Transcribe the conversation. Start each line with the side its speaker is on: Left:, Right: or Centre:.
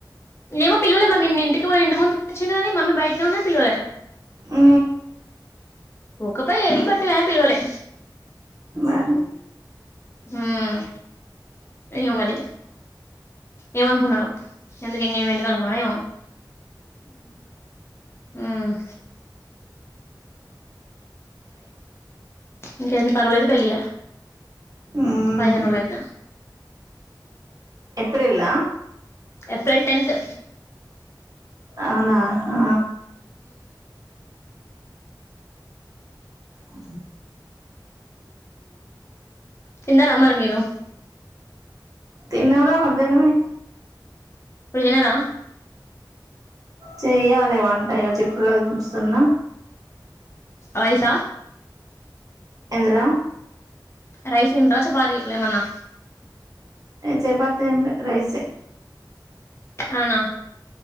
Left: ఏమో పిలవలే మరి నిన్న ఇంటికి పొయింటిమి ఆమె వచ్చినాది మమ్మీ బయటనే ఉన్నా పిలవలేదు
Right: ఆ
Left: ఒక పై ఏమి పట్టలే అని పిలవలే
Right: నాకు
Left: మ్మ్ ఏమో మరి ఏమనుకున్నాడో ఎందుకి ఇంగ ఏమైందిలే అనుకున్నాడొ ఏమో ఆహ్ ఇంకేంది పర్లేదులేదు పెళ్ళి ఇగ
Right: మ్మ్
Left: పైగ నూలయితే
Right: ఏప్రిల్లా
Left: ఏప్రిల్ టెన్త్
Right: అవునా ఆ అ
Left: తిన్నారా మరి మీరు
Right: తిన్నార మధ్యాహ్నమే
Left: పొయినారా
Right: చెయ్యాలి వంట ఇగ చిక్కుడుకాయలు వొలుస్తున్న
Left: రైస
Right: ఎందిరా
Left: రైస్ తింటావా చపాతి కిట్లేమన్నా
Right: చపాతీ ఏమ్ లే రైస్ ఏ
Left: అవునా